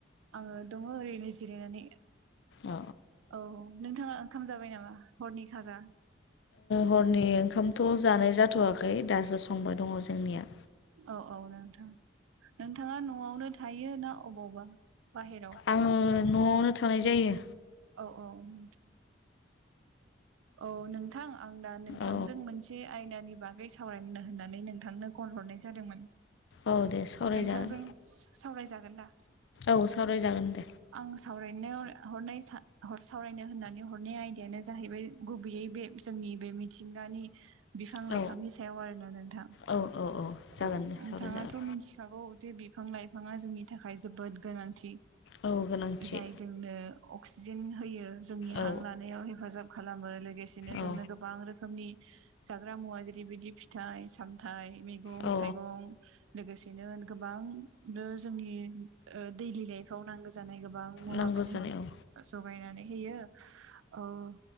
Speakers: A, on the right; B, on the left.
A: आङो दङ ओरैनो जिरायनानै
B: अ
A: औ नोंथाङा ओंखाम जाबाय नामा हरनि खाजा
B: हरनि ओंखामथ' जानाय जाथ'वाखै दासो संबाय दङ जोंनिया
A: औ औ नोंथां नोंथाङा न'आवनो थायो ना अबावबा बाहेराव
B: आङो न'आवनो थानाय जायो
A: औ औ नोंथां औ नोंथां आं दा नोंथांजों
B: औ
A: मोनसे आयदानि बागै सावरायनो होननानै नोंथांनो कल हरनाय जादोंमोन
B: औ दे सावरायजागोन
A: नोंथांजों सावरायजागोन दा
B: औ सावरायजागोन दे
A: आं सावरायनायाव हरनाय सावरायनो होननानै हरनाय आयदायानो जाहैबाय गुबैयै बे जोंनि बे मिथिंगानि बिफां
B: औ
A: लाइफांनि सायाव आरोना नोंथां
B: औ औ जागोन
A: औ
B: दे
A: नोंथाङाथ'
B: सावराय जागोन।
A: मिथिखागौ जे बिफां लाइफाङा जोंनि थाखाय जोबोद गोनांथि
B: औ गोनांथि
A: जाय जोंनो अक्सिजेन होयो जोंनि
B: औ
A: हां लानायाव हेफाजाब खालामो लोगोसेनो जोंनो
B: औ
A: गोबां रोखोमनि जाग्रा मुवा जेरैबायदि फिथाइ सामथाइ मैगं
B: औ
A: थाइगं लोगोसेनो गोबां जोंनि दैलि लाइफव नांगौ जानाय गोबां मुवा
B: नांगौ
A: बेसाद
B: जानाय
A: जगायनानै होयो औ